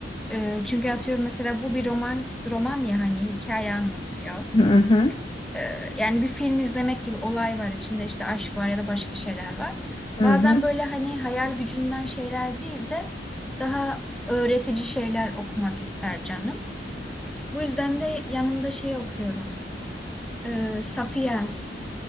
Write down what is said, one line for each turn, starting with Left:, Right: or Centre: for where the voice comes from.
Centre: E, çünkü atıyorum mesela bu bir roman roman ya hani hikaye anlatıyor.
Left: Hı hı,
Centre: e, yani bir film izlemek gibi olay var. İçinde işte aşk var ya da başka şeyler var.
Left: hı
Centre: Bazen
Left: hı.
Centre: böyle hani hayal gücünden şeyler değil de daha öğretici şeyler okumak ister canım. Bu yüzden de yanında şey okuyorum. E, Sapiens